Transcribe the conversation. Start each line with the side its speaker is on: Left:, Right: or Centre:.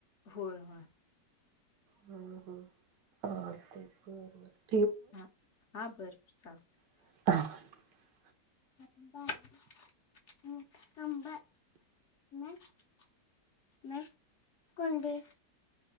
Left: होय, होय.
Right: हं ह ह ते हं हं
Left: हा हा बर <unintelligible>
Right: <inaudible>
Left: <inaudible> <unintelligible>